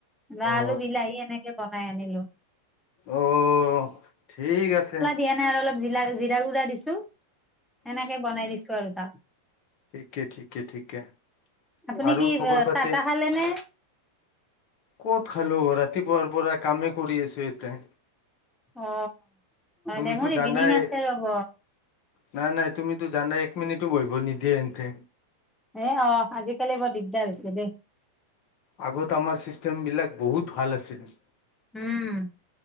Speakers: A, in the centre; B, on the left.
A: লাও
B: অ
A: আলু বিলাহী এনেকে বনাই আনিলো।
B: অ' ঠিক আছে।
A: সনে আৰু অলপ জৰা জিৰা গুড়া দিছো সেনেকে বনাই দিছো আৰু তাক।
B: ঠিক ঠিকে ঠিকে।
A: আপুনি
B: আৰু
A: কি
B: খবৰ পাতি
A: চাহ তাহ খালে নে?
B: ক'ত খালো, ৰাতিপুৱাৰ পৰা কামে কৰি আছো এতে।
A: অ,
B: তুমিতো
A: নেম
B: জানাই
A: এভিনিং আছে ৰ'ব।
B: নাই নাই তুমিতো জানা এক মিনিটো বহিব নিদিয়ে এন্ততে।
A: এ, অ, আজিকালি বৰ দিগদাৰ হৈছে দেই।
B: আগত আমাৰ চিষ্টেম বিলাক বহুত ভাল আছিলে।
A: উম,